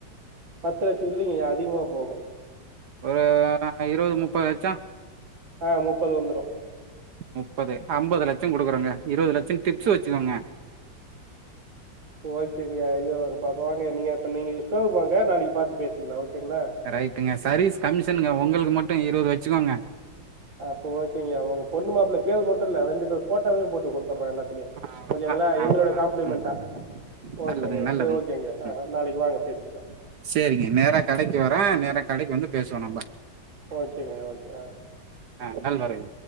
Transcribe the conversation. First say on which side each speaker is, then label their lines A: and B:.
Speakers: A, on the right; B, on the right.
A: பத்து லட்சோ இல்லிங்கய்யா அதிகமா போகு
B: ஒருரூ இருவது முப்பது லட்சோ
A: ஆ முப்பது வந்துரு
B: முப்பது ஐம்பது லட்ச்சோ குடுக்குறோங்க இருபது லட்சோ டிப்ஸ் வச்சுக்கோங்க
A: ஓக்கேங்கயா அய்யா பா வாங்கய்யா இப்ப நீ ஷோரூம் வாங்க நீங்க நாளைக்கு பாத்து பேசிக்கலா ஓகேங்களா
B: ரைட்டுங்க சர்ரவீஸ் கமிஷ் சன்னுங்க உங்களுக்கு மட்டு இருவது வச்சுக்கோங்க
A: அப்போ ஓக்கேங்கய்யா உங்க பொண்ணு மாப்ள பேர் மற்றுல்ல ரெண்டு பே போஃட்டோவையு போட்டு கொடுத்துடற எல்லாத்துலயு
B: அவ்ளோதா
A: ஓக்கேங்களா எங்களோட
B: அவ்ளோதா
A: காம்ப்ளிமெண்ட்டா
B: ம்
A: ஓக்கேங்கயையா
B: நல்லதுங்க நல்லதுங்க
A: செரி ஓக்கேங்க அ
B: ம்
A: ஆ நாளைக்கு வாங்க பேசிக்கலா
B: சேரிங்க நேரா
A: ம்
B: கடைக்கு வரே நேரா கடைக்கு வந்து பேசுவோ நம்ப
A: ஓக்கேங்க அய்யா ஓக்கே ஆ
B: ஆ நல்வரவு